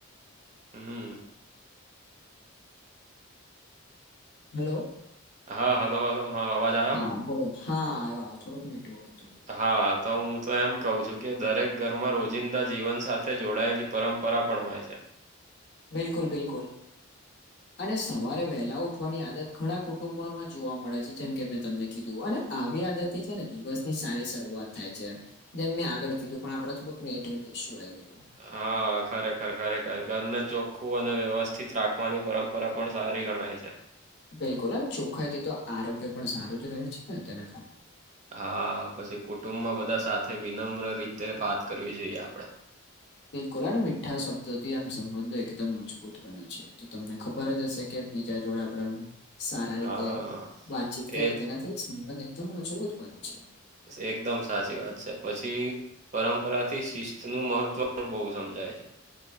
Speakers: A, on the right (about 35°); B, on the left (about 50°).
A: હમ.
B: હલો.
A: હા, હલો, હલો હા અવાજ આયો?
B: હા બોલો હા આવયો થોડોક નેટવર્ક હતું
A: હા. તો હું તો એમ કહું છું કે દરેક ઘરમાં રોજિંદા જીવન સાથે જોડાયેલી પરંપરા પણ હોય છે.
B: બિલકુલ બિલકુલ.
A: <inaudible>
B: અને સવારે વહેલા ઉઠવાની આદત ઘણા કુટુંબમાં જોવા મળે છે જેમ કે મેં તમને કીધું આવી આદત થી છે ને દિવસ ની સારી શરૂઆત થાય છે. એમ મેં આગળીધું પણ આપણે થોડુંકનેટિવટીઇયુ આ આવી ગયું.
A: હા ખરેખર ખરેખર ઘરને ચોખ્ખું અને વ્યવસ્થિત રાખવાની પરંપરા કરા પણ સારી ગણાય છે.
B: બિલકુલ અને ચોખાઈથી તો આરોગ્ય પણ સારું જ રહે છે ને તેના કારણે
A: હા પછી કુટુંબમાં બધા સાથે વિનમ્ર રીતે વાત કરવી જોઈએ આપડે
B: બિલકુલ મીઠા શબ્દોથી આમ સંબંધો એકદમ મજબૂત બને છે. તો તમને ખબર જ હશે કે બીજા જોડે આપડા. સારા
A: હા
B: રીતે વાતચીત કરે
A: એ
B: તેનાથી સંબંધ એકદમ મજબૂત બને છે.
A: એકદમ સાચી વાત છે પછી પરંપરા થી શિસ્ત નું મહત્વ પણ બહુ સમજાય છે.